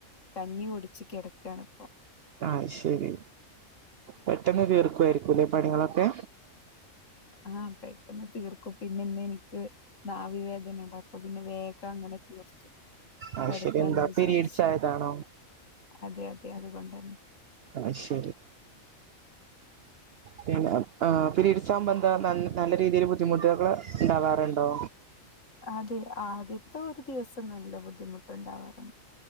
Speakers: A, on the left; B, on the right.
A: കഞ്ഞി കുടിച്ച് കിടക്കാണ്പ്പൊ
B: ആയ് ശരി പെട്ടെന്ന് തീർക്കുവായിരിക്കൂല്ലെ പണികളൊക്കെ
A: ആഹ് പെട്ടെന്ന് തീർക്കും പിന്നെ ന്ന് എനിക്ക് നാവിവേദന ണ്ട് അപ്പൊ പിന്നെ വേഗ അങ്ങനെ തീർത്തു
B: ആഹ്
A: കടക്കാലോ
B: ശരി എന്താ
A: വിചാരിച്
B: പീരീഡ്സ് ആയതാണോ
A: അതെ അതെ അതുകൊണ്ടന്നെ
B: അയ് ശരി പിന്ന ആഹ് പിരീഡ്‌സ് ആവുമ്പോന്താ നല്ല രീതിയിൽ ബുദ്ധിമുട്ടുകൾ ണ്ടാവാറുണ്ടോ
A: അതെ ആദ്യത്തെ ഒരു ദിവസം നല്ല ബുദ്ധിമുട്ടുണ്ടാവാറുണ്ട്